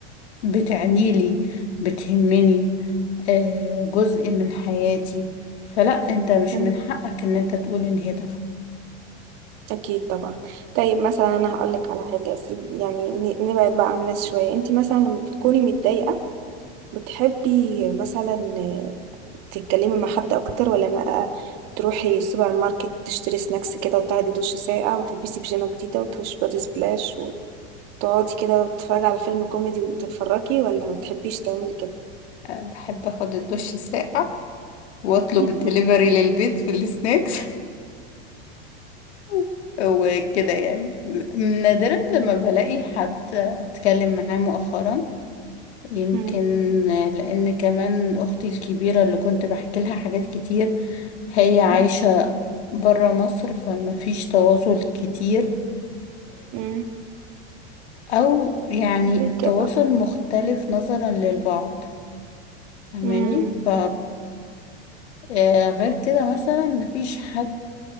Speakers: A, on the left; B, on the right.
A: بتعنيلي بتهمني آه، جزء من حياتي فلا انت مش
B: مم.
A: من حقك ان انت تقول ان هي تافهة
B: أكيد طبعا طيب مثلا أنا هقولك على حاجة أسيب يعني ن- نبعد بقى عن الناس شوية أنت مثلا لما بتكوني متضايقة بتحبي مثلا آه، تتكلمي مع حد أكتر ولا بقى تروحي السوبر ماركت تشتري سناكس كده وتاخدي دش ساقع وتلبسي بيجامة جديدة وتخشي بادي سبلاش وتقعدي كده وتتفرجي على فيلم كوميدي وتتفرجي ولا ما تحبيش تعملي كده؟
A: أه، بحب اخد الدش الساقع واطلب
B: <laughs>
A: الدليفري للبيت في السناكس <laughs> وكده يعني نادرا لما بلاقي حد اتكلم معاه مؤخرا يمكن
B: مم.
A: آه، لان كمان اختي الكبيرة اللي كنت بحكي لها حاجات كتير هي عايشة
B: مم.
A: برا مصر فما فيش تواصل كتير
B: مم.
A: او يعني
B: ليه
A: التواصل
B: كده؟
A: مختلف نظرا للبعض فاهماني
B: مم.
A: ف آه، غير كده مثلا مفيش حد